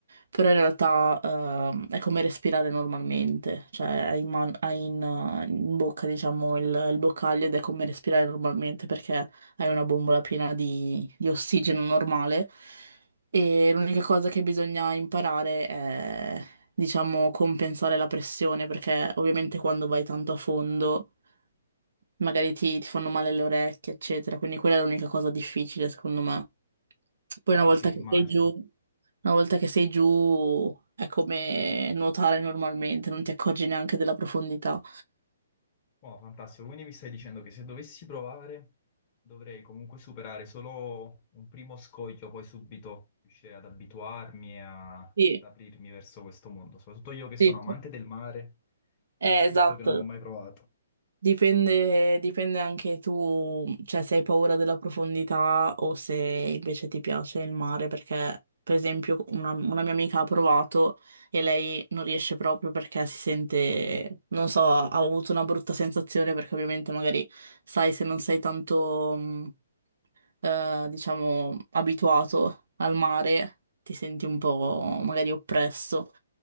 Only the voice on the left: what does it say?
Ah
sì,
immagino.
Oh, fantastico, quindi mi stai dicendo che se dovessi provare dovrei comunque superare solo un primo scoglio, poi subito riuscire ad abituarmi e a- ad
aprirmi verso questo mondo, soprattutto io che sono
amante del mare, è
assurdo
che non ho mai provato.